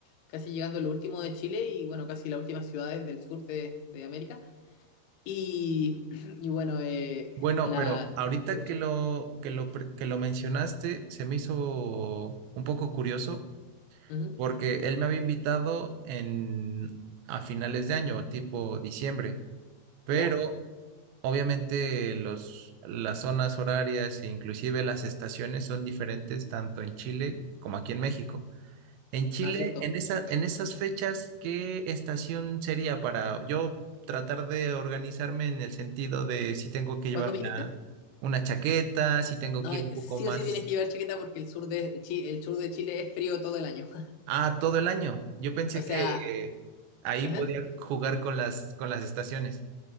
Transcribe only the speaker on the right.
Bueno,
pero ahorita
que lo, que lo, pre- que lo mencionaste, se me hizo un poco curioso
porque él me había invitado en, a finales de año, tipo diciembre, pero
Obviamente los, las zonas horarias e inclusive las estaciones son diferentes tanto en Chile como aquí en México. En Chile,
en esa, en esas fechas, ¿qué estación sería para yo tratar de organizarme en el sentido de si tengo que llevar
una,
una chaqueta, si tengo
que ir
un poco
más?
Ah, todo el año. Yo pensé
que ahí
podía
jugar con las, con las estaciones.